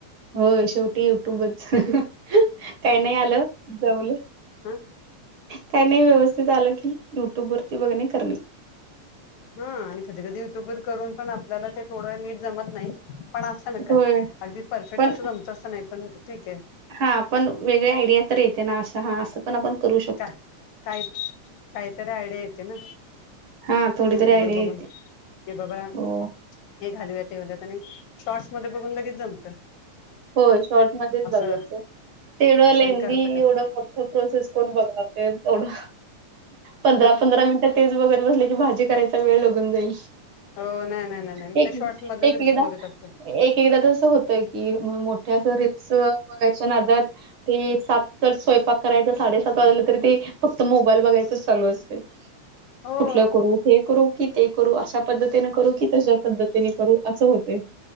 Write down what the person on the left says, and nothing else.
हह.
हा आणि कधी कधी युट्युब वर करून पण आपल्याला ते थोडं नीट जमत नाही. पण अस ना
काय? अगदी परफेक्ट
तसं जमत अस नाही पण ठीक ए
काय कायतरी आयडिया येते ना
युट्युवर
बघून
की बाबा हे
घालूया, ते घालुया आणि शॉर्टस मध्ये बघून लगेच जमत.
असं
असं
हे करत का
हा
हो नाही नाही नाही नाही मी
त्या शॉर्ट्स मधलंच
रेसिपी बघत असते
हो